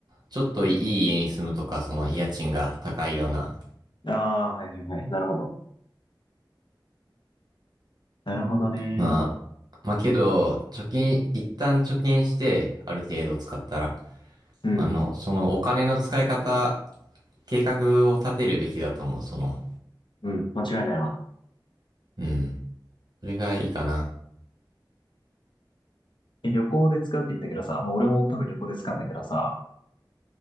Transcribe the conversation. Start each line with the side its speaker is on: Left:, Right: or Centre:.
Right: ちょっといい家に住むとか、
Left: うん。
Right: その家賃が高いような
Left: ああ、はいはいはい。なるほど。なるほどね。
Right: まあ、まあけど、貯金、一旦貯金して、ある程度使ったら、
Left: うん。
Right: あの、そのお金の使い方、計画を立てるべきだと思う、その。
Left: うん。間違いないわ。
Right: うん。それがいいかな。
Left: え、旅行で使うって言ったけどさ、まあ、俺も多分旅行で使うんだけどさ、